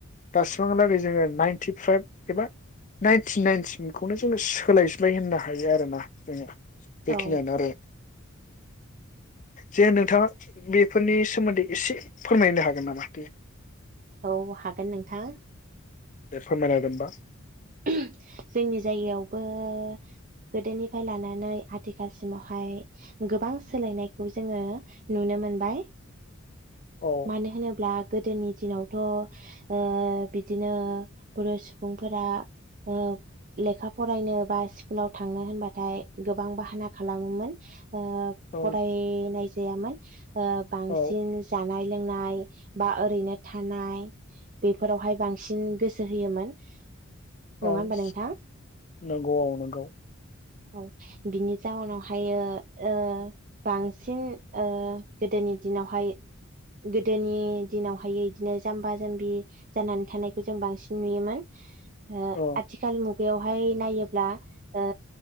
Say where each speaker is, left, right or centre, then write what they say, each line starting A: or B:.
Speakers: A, on the left; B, on the right.
A: दासिमांहालागै जोङो नाइनटि फाइभ एबा नाइनटि नाइनटिखौनो जोङो सोलायजबाय होननो हायो आरो ना जोङो। बेखिनियानो
B: औ
A: आरो जे नोंथाङा बेफोरनि सोमोन्दै एसे फोरमायनो हागोन नामा?
B: औ हागोन नोंथां।
A: दे फोरमायना होदोमबा
B: जोंनि जायगायावबो ओ गोदोनिफ्राय लानानै आथिखालसिमावहाय गोबां सोलायनायखौ जोङो नुनो मोनबाय।
A: औ
B: मानो होनोब्ला गोदोनि। दिनावथ ओ बिदिनो पुरुस सुबुंफोरा ओ लेखा फरायनो बा स्कुलाव थांनो होनबाथाय गोबां बाहाना खालामोमोन ओ
A: ओं
B: फरायनाय जायामोन <unintelligible> ओ बांसिन
A: औ
B: जानाय लोंनाय बा ओरैनो थानाय बेफोरावहाय बांसिन गोसो होयोमोन। <unintelligible> नङा
A: ओं
B: होमबा नोंथां
A: नंगौ औ नंगौ
B: औ बिनि जाउनाव हायो ओ बांसिन ओ गोदोनि दिनावहाय गोदोनि दिनावहाय बिदिनो जाम्बा जाम्बि जानानै थानायखौ जों बांसिन नुयोमोन। ओ
A: औ
B: आथिखाल मुगायाव। बेहाय नायोब्ला ओ